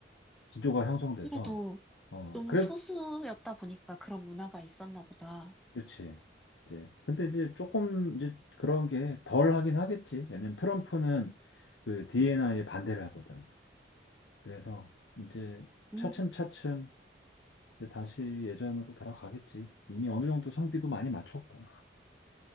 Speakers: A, on the left (about 80°); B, in the centre.
A: 기조가 형성돼서
B: 그래도
A: 어
B: 좀
A: 그래
B: 소수였다 보니까 그런 문화가 있었나 보다.
A: 그렇지 이제 근데 이제 조금 이제 그런 게 덜 하긴 하겠지 왜냐면 트럼프는 그 d n i 에 반대를 하거든 그래서 이제
B: 음,
A: 차츰차츰 이제 다시 예전으로 돌아가겠지 이미 어느 정도 성비도 많이 맞췄고